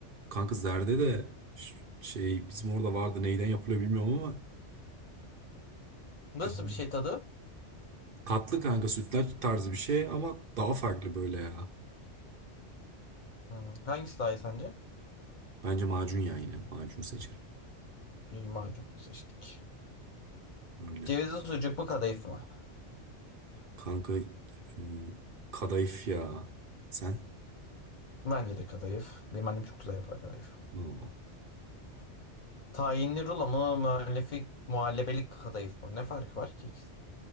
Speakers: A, on the right; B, on the left.
A: kanka zerde de ş- şey bizim orada vardı neyden yapılıyor bilmiyorum ama
B: Nasıl
A: güzel.
B: bir şey tadı?
A: Katlı kanka sütlaç tarzı bir şey ama daha farklı böyle ya.
B: Hmm, hangisi daha iyi sence?
A: Bence macun ya yine macun seçerim.
B: İyi macun seçtik.
A: Öyle.
B: Cevizli sucuk mu kadayıf mı?
A: Kanka ıı, kadayıf ya. Sen?
B: Bence de kadayıf. Benim annem çok güzel yapar kadayıf.
A: No.
B: Tayinli rulo mu, muhallefi, muhallebelik kadayıf mı? Ne farkı var ki ikisinin?